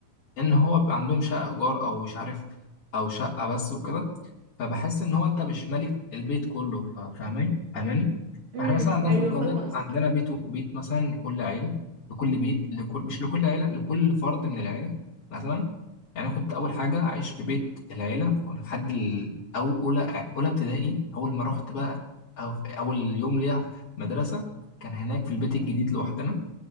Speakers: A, on the left; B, on the right.
A: ان هو بيبقى عندهم شقه ايجار او مش عارف او شقه بس وكده فبحس ان هو انت مش مالك البيت كله ف- فاهمين فاهماني
B: امم
A: احنا مثلا عندنا
B: ايوه
A: في القريه
B: فاهمة
A: بيبقى
B: قصدي
A: عندنا بيت بيت مثلا لكل عيله لكل بيت لكل مش لكل عيله لكل فرد من العيله مثلا يعني أنا كنت اول حاجه عايش في بيت العيله لحد ال- او اولى اولى ابتدائي اول ما رحت بقى أو اول يوم ليا مدرسه كان هناك في البيت الجديد لوحدنا